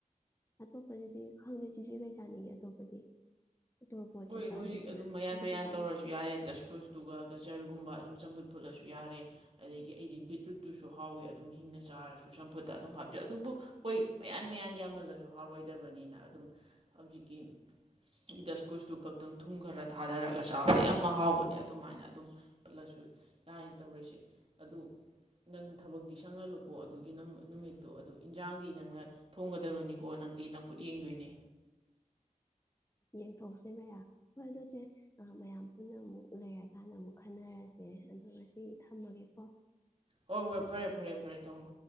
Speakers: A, on the left (about 20°); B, on the right (about 45°).
A: ꯑꯇꯣꯞꯄꯁꯤꯗꯤ ꯈꯪꯗꯦ ꯆꯦꯆꯦ ꯀꯩ ꯆꯥꯅꯤꯒꯤ ꯑꯇꯣꯞꯄꯗꯤ ꯇꯣꯔꯕꯣꯠ
B: ꯍꯣꯏ
A: ꯀꯩꯀꯥ
B: ꯍꯧꯖꯤꯛ
A: ꯂꯩꯗꯅ
B: ꯑꯗꯨꯝ ꯃꯌꯥꯟ
A: ꯑꯗꯨꯗꯤ
B: ꯃꯌꯥꯟ
A: ꯆꯥꯅꯤꯡꯗꯦ
B: ꯇꯧꯔꯁꯨ ꯌꯥꯔꯦ ꯗꯁꯀꯨꯁꯇꯨꯒ ꯒꯖꯔꯒꯨꯝꯕ ꯑꯗꯨꯝ ꯆꯝꯐꯨꯠ ꯐꯨꯠꯂꯁꯨ ꯌꯥꯔꯦ ꯑꯗꯒꯤ ꯑꯩꯗꯤ ꯕꯤꯠꯔꯨꯠꯇꯨꯁꯨ ꯍꯥꯎꯏꯤ ꯑꯗꯨꯝ ꯍꯤꯡꯅ ꯆꯥꯔꯁꯨ ꯆꯝꯐꯨꯠꯇ ꯑꯗꯨꯝ ꯍꯥꯞꯆꯩ ꯑꯗꯨꯕꯨ ꯍꯣꯏ ꯃꯌꯥꯟ ꯃꯌꯥꯟ ꯌꯥꯝꯃꯜꯂꯁꯨ ꯍꯥꯎꯔꯣꯏꯗꯕꯅꯤꯅ ꯑꯗꯨꯝ ꯍꯧꯖꯤꯛꯀꯤ ꯗ ꯏꯁ꯭ꯀꯨꯁꯇꯨ ꯈꯛꯇꯪ ꯊꯨꯝ ꯈꯔ ꯊꯥꯗꯔꯒ ꯆꯥꯕꯗ ꯌꯥꯝꯅ ꯍꯥꯎꯕꯅꯦ ꯑꯗꯨꯃꯥꯏꯅ ꯑꯗꯨꯝ ꯄꯜꯂꯁꯨ ꯌꯥꯅ ꯇꯧꯔꯤꯁꯦ ꯑꯗꯨ ꯅꯪ ꯊꯕꯛꯇꯤ ꯁꯪꯍꯜꯂꯨꯀꯣ ꯑꯗꯨꯒꯤ ꯅꯨꯃꯤꯠꯇꯣ ꯑꯗꯨ ꯏꯟꯖꯥꯡꯗꯤ ꯅꯪꯅ ꯊꯣꯡꯒꯗꯕꯅꯤꯀꯣ ꯅꯪꯒꯤ ꯅꯐꯨꯠ ꯌꯦꯡꯗꯣꯏꯅꯦ
A: ꯌꯦꯡꯊꯣꯛꯁꯦ ꯃꯔ ꯍꯣꯏ ꯑꯗꯨꯆꯦ ꯃꯌꯥꯝ ꯄꯨꯟꯅ ꯑꯃꯨꯛ ꯂꯩꯔꯀꯥꯟꯗ ꯑꯃꯨꯛ ꯈꯟꯅꯔꯁꯦ ꯑꯗꯨꯒ ꯁꯤ ꯊꯝꯃꯒꯦꯀꯣ
B: ꯍꯣꯏ ꯍꯣꯏ ꯐꯔꯦ ꯐꯔꯦ ꯐꯔꯦ ꯊꯝꯃꯣ